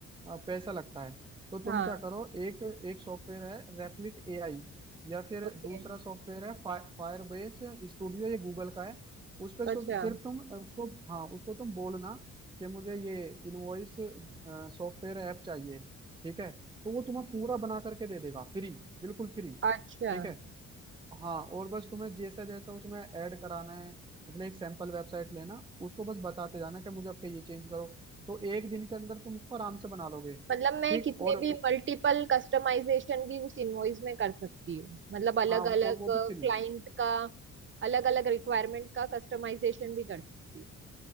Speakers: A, on the right; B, on the right.
A: अ, पैसा लगता है तो तुम
B: हाँ
A: क्या करो एक एक सॉफ्टवेयर है रेपलिट एआई या फिर
B: ओके
A: दूसरा सॉफ्टवेयर है फायरबेस स्टूडियो ये गूगल का है उस पर
B: अच्छा
A: सिर्फ तुम उसको हाँ उसको तुम बोलना कि मुझे ये इनवॉइस सॉफ्टवेयर ऐप चाहिए ठीक है तो वो तुम्हें पूरा बना करके दे देगा फ्री बिल्कुल फ्री
B: अच्छा
A: ठीक है हाँ और बस तुम्हें जैसा जैसा उसमें ऐड कराना है मतलब एक सैंपल वेबसाइट लेना उसको बस बताते जाना कि मुझे आपके ये चेंज करो तो एक दिन के अंदर तुम उसको आराम से बना लोगे
B: मतलब मैं
A: ठीक
B: कितने
A: और
B: भी मल्टीपल कस्टमाइजेशन भी उस इनवॉइस में कर सकती हूँ मतलब अलग
A: हाँ और
B: अलग
A: वो
B: क्लाइंट
A: भी फ्री
B: का अलग अलग रिक्वायरमेंट का कस्टमाइजेशन भी कर सकती हूँ